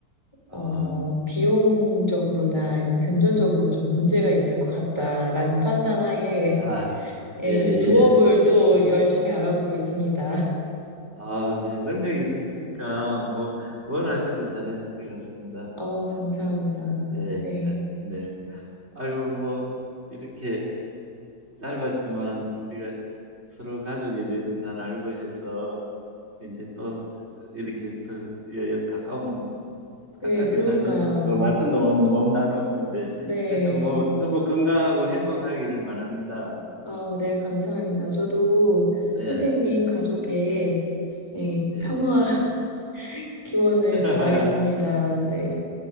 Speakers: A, on the right; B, on the left.
A: 아,
B: 어, 비용적으로나 이제 금전적으로 좀 문제가 있을 것 같다라는 판단 하에,
A: 아,
B: 예,
A: 예, 예.
B: 이제 부업을 또 열심히 알아보고 있습니다. <laughs>
A: 아, 네. 능력이 있으시니까, 뭐, 뭘 하셔도 잘하실 것 같습니다.
B: 어, 감사합니다.
A: 네,
B: 네.
A: 네, 네. 아유, 뭐, 이렇게 짧았지만, 우리가 서로 가족에 대해서 잘 알고 해서, 이제 또 이렇게 또 예, 예, 가까운
B: 네,
A: 가깝게
B: 그러니까요.
A: 살면서 별로 말씀도 못, 못 나눴는데
B: 네.
A: 하여튼 뭐 전부 건강하고 행복하기를 바랍니다.
B: 어, 네, 감사합니다. 저도
A: 네,
B: 선생님 가족의 네,
A: 예.
B: 평화 <laughs> 기원을
A: <laughs>
B: 바라겠습니다. 네.